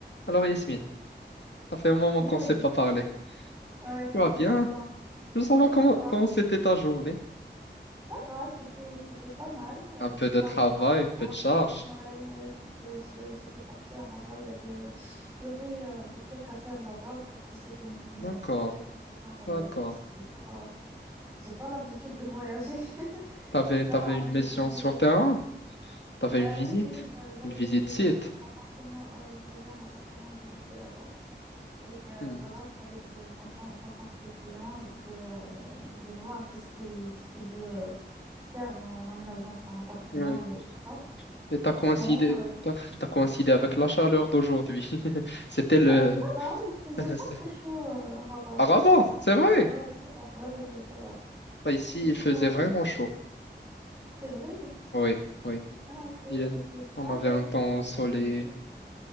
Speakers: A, on the left; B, on the right.
A: Alors Yasmine, ça fait un moment
B: Oui,
A: qu'on
B: oui
A: ne s'est
B: dites-
A: pas parlé.
B: ouais, ça
A: Tu vas
B: fait
A: bien?
B: longtemps.
A: Je veux
B: Ouais,
A: savoir
B: ça
A: comment
B: va,
A: comment c'était ta journée.
B: ça va, c'était c'était pas mal. Euh,
A: Un
B: je
A: peu
B: suis
A: de
B: partie
A: travail,
B: à Rabat.
A: un peu de charge.
B: Ouais, ouais, je, je- j'étais partie à Rabat, il y avait, euh, il y avait euh, des trucs à faire là-bas. Du coup, c'était une journée
A: D'accord,
B: très très fatigante, la
A: d'accord.
B: vérité, parce que j'ai pas j'ai pas l'habitude de voyager <laughs>
A: T'avais
B: comme ça
A: t'avais
B: en
A: une
B: une
A: mission
B: journée
A: sur
B: revenir.
A: terrain? T'avais
B: Euh,
A: une visite?
B: oui, oui, je- j'avais
A: Une visite
B: des
A: site?
B: j'avais un appartement, ouais, j'avais un appartement à visiter là-bas. Et euh,
A: Hmm,
B: voilà, fallait que je rencontre, je rencontre le client et que euh, je vois un peu ce qu'il ce qu'il veut euh, faire dans l'aménagement de son appartement
A: Oui.
B: et tout ça.
A: Et t'as coïncidé
B: C'est bon. euh.
A: t'as, t'as coïncidé avec la chaleur d'aujourd'hui. <laughs> C'était le
B: Euh, ça va, il faisait
A: <laughs>
B: pas
A: c'est-
B: très chaud, euh, Rabat.
A: à Rabat,
B: Ça va.
A: c'est vrai.
B: Ouais, ça va. Ouais, ouais, ouais, ça va.
A: Bah, ici,
B: C'était
A: il faisait
B: pas...
A: vraiment chaud.
B: C'est vrai?
A: Oui, oui.
B: Ah, ok,
A: Il
B: ok,
A: est-
B: ok. Sinon,
A: On avait
B: toi,
A: un
B: c'était
A: temps
B: comment
A: ensoleillé.
B: ta journée?